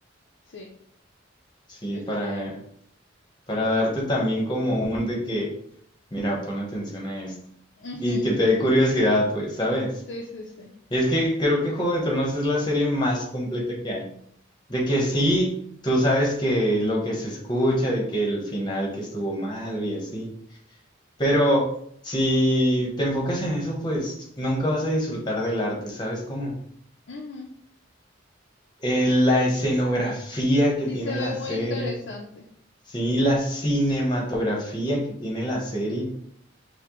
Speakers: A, on the left (about 65°); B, on the left (about 25°).
A: Sí,
B: Sí,
A: estaría
B: para,
A: bien.
B: para darte también como un de que, mira, pon atención a esto.
A: Ujú,
B: Y que te dé curiosidad, pues, ¿sabes?
A: Sí, sí, sí.
B: Es que creo que Juego de Tronos es la serie más completa que hay. De que sí, tú sabes que lo que se escucha, de que el final que estuvo malo y así. Pero si te enfocas en eso, pues nunca vas a disfrutar del arte, ¿sabes cómo?
A: Ujú,
B: Eh, la escenografía que
A: Sí
B: tiene
A: se
B: la
A: ve muy
B: serie,
A: interesante.
B: sí, la cinematografía que tiene la serie,